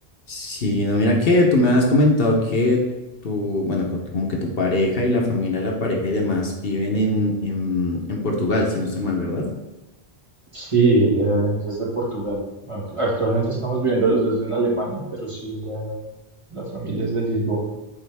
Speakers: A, on the left; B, on the right.
A: Sí, no, mira que tú me habías comentado que tu, bueno, co- como que tu pareja y la familia de la pareja y demás viven en, en, en Portugal, si no estoy mal, ¿verdad?
B: Sí, ella es de Portugal. Ac- Actualmente estamos viviendo los dos en Alemania, pero sí, ella, la familia es de Lisboa.